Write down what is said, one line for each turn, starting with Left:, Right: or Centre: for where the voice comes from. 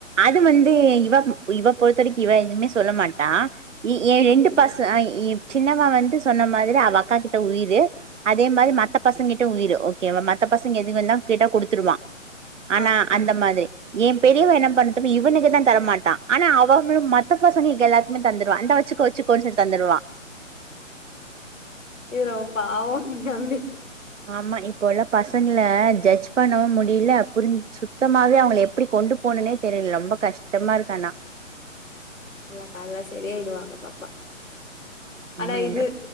Right: அது வந்து இவ இவ பொறுத்த வரைக்கு இவ எதுவுமே சொல்ல மாட்டா இ ஏ ரெண்டு
Left: ஓகே
Right: பச ஆ இ சின்னப் வ வன்ட்டு சொன்ன மாதிரிதா அவ அக்கா கிட்ட உயிரு அதே மாரி மத்த பசங்கி ட உயிரு ஓகேவா மத்த பசங்க எதுங்கனா கேட்டா கொடுத்துருவா ஆனா
Left: ஆ
Right: அந்த மாதிரி. ஏ பெரியவ என்ன பண்ணதர்ம இவனுக்கு தா தரமாட்டா ஆனா அவங்களு மத்த பசங்களுக்கு எல்லாருக்குமே தந்துடுவா இந்த வச்சுகோ வச்சுகோன்னு சொல்லி தந்துருவா
Left: ஏரோ பாவோ தம்பி.
Right: ஆமா இப்போ உள்ள பசங்கள ஜட்ஜ் பண்ணவு முடியில புரிஞ்ச் சுத்தமாவே அவங்கள எப்டி கொண்டு போணுனே தெரியில ரொம்ப கஷ்டமா இருக்கு ஆனா
Left: இல்ல கால்லா சரியாயிடுவாங்க பாப்பா. ஆனா
Right: நம்ம
Left: இது
Right: என்ன